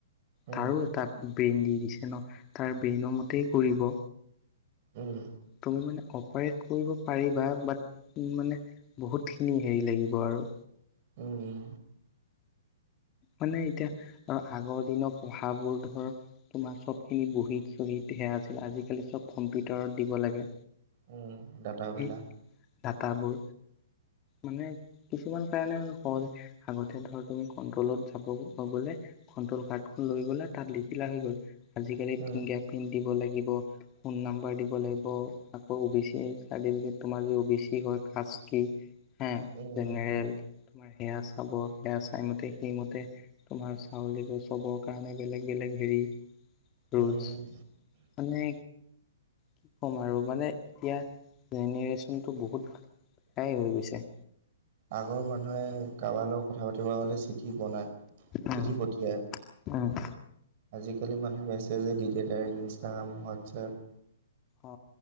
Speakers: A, on the right; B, on the left.
A: উম,
B: তাৰো এটা ব্ৰেইন দি দিছে ন, তাৰ ব্ৰেইনৰ মতেই কৰিব।
A: উম,
B: তুমি মানে অপাৰেট কৰিব পাৰিবা, বাট মানে বহুতখিনি হেৰি লাগিব আৰু।
A: উম,
B: মানে এতিয়া আৰু আগৰ দিনৰ পঢ়াবোৰ ধৰ তোমাৰ চবখিনি বহীত- চহীত সেয়া আছিল, আজিকালি চ'ব কম্পিউটাৰত দিব লাগে।
A: উম, ডাটাবিলাক
B: সেই ডাটাবোৰ, মানে কিছুমান কাৰণে সহজ আগতে ধৰ তুমি কন্ট্ৰলত যাব গ'লে কণ্ট্ৰল কাৰ্ডখন লৈ গ'লে তাত লিখিলা হৈ গ'ল। আজিকালি
A: উম,
B: ফিংগাৰ প্ৰিণ্ট দিব লাগিব। ফোন নাম্বৰ দিব লাগিব, আকৌ অ' বি চি চাৰ্টিফিকেট তোমাৰ যে, অ' বি চি হয় কাষ্ট কি? হে,
A: উম,
B: জেনেৰেল,
A: উম,
B: তোমাৰ সেয়া চাব সেয়া টাইমতে, সেইমতে তোমাৰ চাউল দিবোৰ চবৰ কাৰণে বেলেগ, বেলেগ হেৰি? ৰোলছ,
A: উম, উম।
B: মানে কি ক'ম আৰু মানে এতিয়া জেনেৰে্চনটো বহুত হাই হৈ গৈছে।
A: আগৰ মানুহে কাৰোবাৰ লগত কথা পাতিব গ'লে চিঠি বনায়,
B: উম
A: চিঠি পঠিয়ায়।
B: উম,
A: আজিকালি মানুহে মেছেজে দিয়োইৰেক্ট, ইনষ্টাগ্ৰাম হোৱাটছএপ।
B: অ,